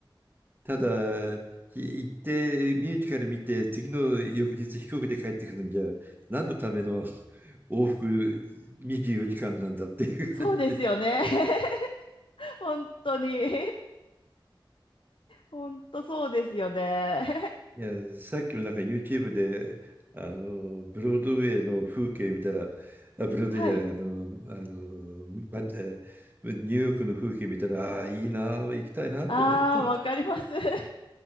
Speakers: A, on the right; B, on the left.
A: ただ、い行ってミュージカル見て、次の翌日飛行機で帰ってくるんじゃ、何のための往復24時間なんだっていう感じで。
B: <laughs> そうですよね。<laughs> 本当に。ほんとそうですよね。<laughs>
A: いや、さっきもなんか YouTube で、あの、ブロードウェイの風景見たら、あ、ブロードウェイじゃない、
B: はい。
A: あの、あの、ばえーニューヨークの風景見たら、ああ、いいな、行きたいなと思った。
B: ああ、わかります。<laughs>